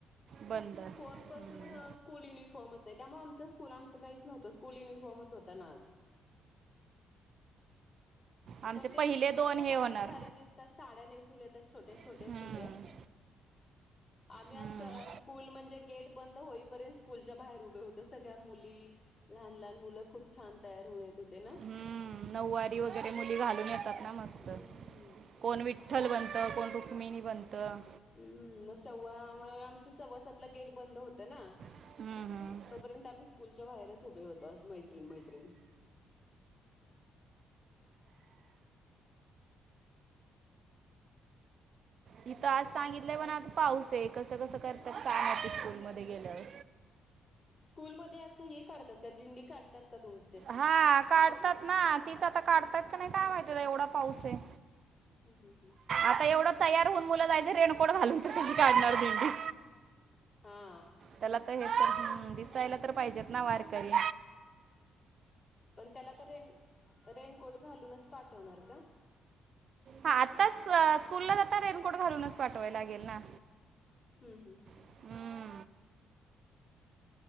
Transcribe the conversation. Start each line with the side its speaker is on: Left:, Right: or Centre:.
Right: बंद हम्म.
Left: फोरपासून स्कूल युनिफॉर्मच आहे त्यामुळे आमचं स्कूलांच आमचं काहीच नव्हतं स्कूल युनिफॉर्मच होता ना आज
Right: आमचे
Left: पण ते
Right: पहिले
Left: मुली
Right: दोन
Left: कसल्या
Right: हे
Left: भारी
Right: होणार
Left: भारी दिसत त्या साड्या नेसून येतात छोट्या छोट्या
Right: हम्म.
Left: छोट्या आम्ही
Right: हम्म.
Left: आस स्कूल म्हणजे गेट बंद होईपर्यंत स्कूलच्या बाहेर उभे होत सगळ्या मुली लहान लहान मुलं खूप छान तयार होऊन येत होते ना
Right: हम नऊवारी वगैरे मुली घालून येतात ना मस्त
Left: हम्म
Right: कोण विठ्ठल बनतं कोण रुक्मिणी बनतं
Left: हम्म मग सव्वा आमच सव्वासातला गेट बंद होत ना
Right: हम्म. हम्म.
Left: तोपर्यंत आम्ही स्कूलच्या बाहेरच उभे होतो आज मैत्रीण मैत्रिण
Right: इथं आज सांगितलंय पण आता पाऊस आहे कसं कसं करतात का मात स्कूलमध्ये गेल्यावर
Left: स्कूलमध्ये असं हे करतात का दिंडी काढतात का तुम
Right: हा काढतात ना तीच आता काढत्यात का नाही काय माहिती एवढा पाऊस आहे
Left: हम् हम हम्
Right: आता एवढं तयार होऊन मुल जायच रेनकोट घालून तशी काढणार तेनी
Left: हा
Right: त्याला तर हे तर दिसायला तर पाहिजेत ना वारकरी
Left: पण त्याला तर रेन रेनकोट घालूनच पाठवणार का
Right: हा आत्ताच स्कूलला जाताना रेनकोट घालूनच पाठवाय लागेल ना
Left: हम हम
Right: हम्म.